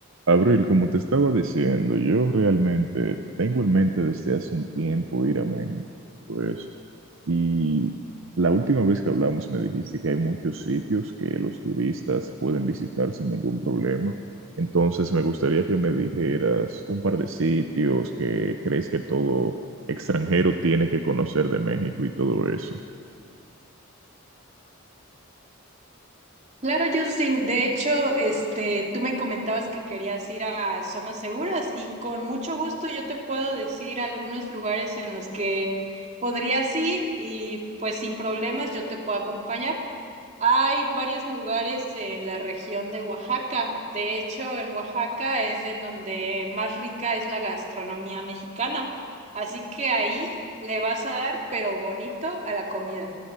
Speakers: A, on the right; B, on the right.
A: Abril, como te estaba diciendo, yo realmente tengo en mente desde hace un tiempo ir a México, pues, y la última vez que hablamos me dijiste que hay muchos sitios que los turistas pueden visitar sin ningún problema. Entonces me gustaría que me dijeras un par de sitios que crees que todo extranjero tiene que conocer de México y todo eso.
B: Claro, Justin. De hecho, este, tú me comentabas que querías ir a zonas seguras y con mucho gusto yo te puedo decir algunos lugares en los que podrías ir y pues sin problemas yo te puedo acompañar. Hay varios lugares en la región de Oaxaca. De hecho, en Oaxaca es en donde más rica es la gastronomía mexicana. Así que ahí le vas a dar, pero bonito, a la comida.